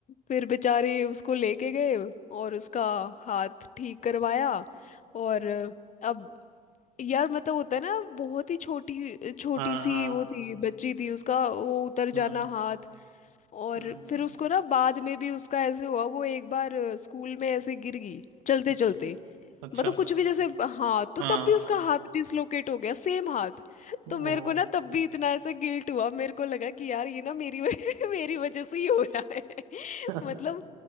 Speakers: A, on the left (about 40°); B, on the right (about 75°).
A: फिर बेचारे उसको लेके गए और उसका हाथ ठीक करवाया और अ, अब यार मतलब होता है ना बहुत ही छोटी छोटी
B: हाँ
A: सी
B: हाँ
A: वो थी बच्ची थी उसका वो उतर
B: हम्म,
A: जाना हाथ और
B: हम्म,
A: फिर उसको ना बाद में भी उसका ऐसे हुआ वो एक बार अ, स्कूल में ऐसे गिर गई चलते
B: हम्म,
A: चलते
B: अच्छा
A: मतलब कुछ भी जैसे हाँ तो
B: हाँ
A: तब भी उसका हाथ डिसलोकेट हो गया सेम हाथ
B: ओ
A: तो मेरे को ना तब भी इतना ऐसे गिल्ट हुआ मेरे को लगा कि यार ये ना मेरी वजह- <laughs> मेरी वजह से ही हो रहा है <laughs>
B: <laughs>
A: मतलब